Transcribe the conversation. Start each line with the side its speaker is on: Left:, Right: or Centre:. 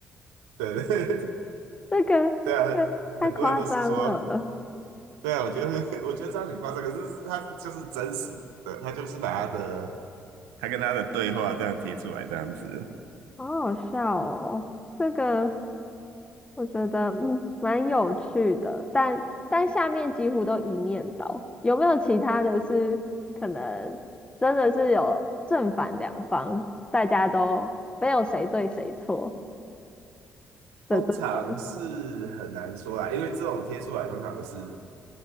Right: <laughs> 对
Left: 这个这个太夸张了，
Right: <laughs> 对啊，很多人都是说，对啊，我觉得 <laughs> 我觉得这样很夸张，可是是他是就是真实的，他就是把他的他跟他的对话这样贴出来，这样子。
Left: 好好笑哦。这个我觉得嗯蛮有趣的，但但下面几乎都一面倒。有没有其他的是可能真的是有正反两方，大家都没有谁对谁错
Right: 通常是很难说啦，
Left: 的这种？
Right: 因为这种贴出来通常都是